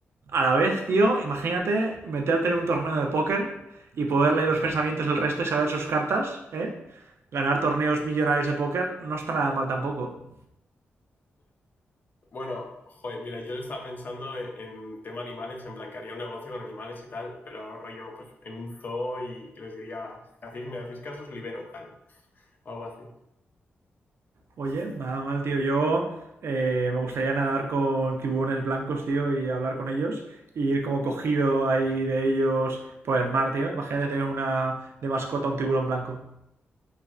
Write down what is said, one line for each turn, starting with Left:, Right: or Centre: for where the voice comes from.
Right: a la vez, tío, imagínate meterte en un torneo de póker y poder leer los pensamientos del resto y saber sus cartas, ¿eh? Ganar torneos millonarios de póker no está nada mal tampoco.
Left: Bueno, joder, mira, yo estaba pensando en, en tema animales, en plan que haría un negocio con animales y tal, pero rollo, pues en un zoo y, y les diría, si hacéis, me hacéis caso, os libero, tal, o algo así.
Right: Oye, nada mal, tío. Yo eh, me gustaría nadar con tiburones blancos, tío, y hablar con ellos. Y ir como cogido ahí de ellos por el mar, tío. Imagínate tener una de mascota un tiburón blanco.